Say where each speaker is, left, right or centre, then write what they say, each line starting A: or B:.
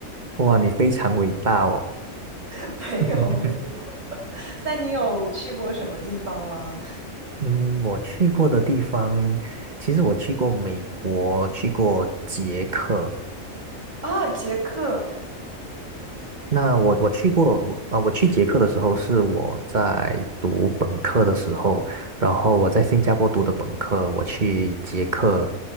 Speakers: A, on the right; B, on the right.
A: 哇，你非常伟大哦。
B: <laughs> 没有，
A: <laughs>
B: 没有。那你有去过什么地方吗？
A: 嗯，我去过的地方，其实我去过美国，去过捷克，
B: 啊，捷克
A: 那我我去过，我啊、我去捷克的时候是我在读本科的时候，然后我在新加坡读的本科，我去捷克